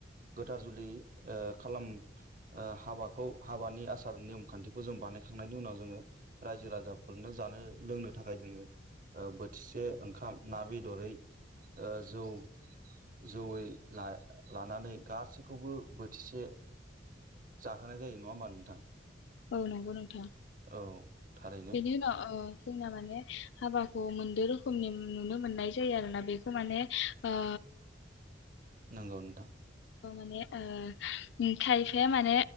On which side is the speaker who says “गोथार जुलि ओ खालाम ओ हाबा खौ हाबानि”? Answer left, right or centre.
Right